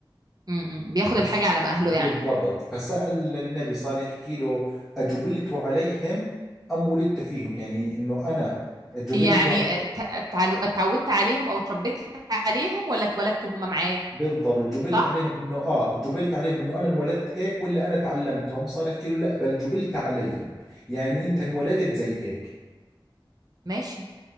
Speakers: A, on the right (about 50°); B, in the centre.
A: م -م. بياخد
B: بس
A: الحاجة على ما أهله
B: بالضبط
A: يعني
B: فسأل النبي صار يحكي له أجبلت عليهم أم ولدت فيهم يعني إنه أنا جبلت
A: يعني ات- اتعلو- اتعودت عليهم أو اتربيت عليهم ولا اتولدت وهم معايا
B: بالضبط جبلت
A: صح
B: عليهم انه اه جبلت عليهم انه انا انولدت هيك ولا انا تعلمتهم صار يحكي له لا بل جبلت عليهم يعني انت انولدت زي هيك
A: ماشي